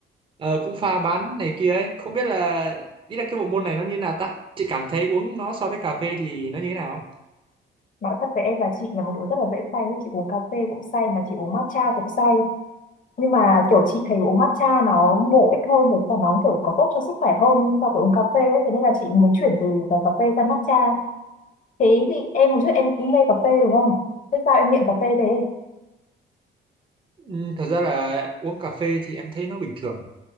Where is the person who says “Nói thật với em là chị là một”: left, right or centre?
Left